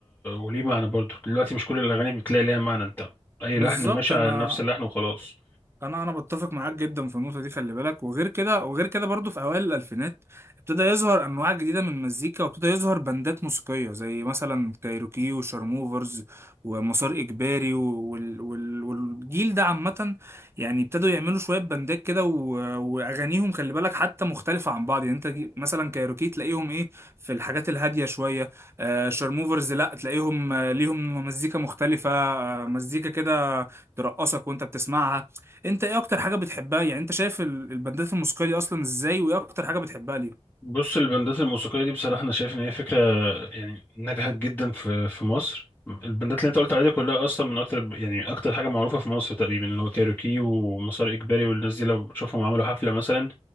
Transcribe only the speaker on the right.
بالظبط
انا
انا انا بتفق معاك جدا في النقطه دي خلي بالك وغير كده وغير كده برضو في اوائل الالفينات ابتدى يظهر انواع جديده من المزيكا وابتدى يظهر بندات موسيقيه زي مثلا كايروكي وشارموفرز ومسار اجباري و- وال وال والجيل ده عامه يعني ابتدوا يعملوا شويه بندات كده و- واغانيهم خلي بالك حتى مختلفه عن بعض يعني انت جي- مثلا كايروكي تلاقيهم ايه في الحاجات الهاديه شويه آه شارموفرز لا تلاقيهم آه، ليهم مزيكا مختلفه آه، مزيكا كده ترقصك وانت بتسمعها انت ايه اكتر حاجه بتحبها يعني انت شايف ال- البندات الموسيقيه دي اصلا ازاي وايه اكتر حاجه بتحبها ليه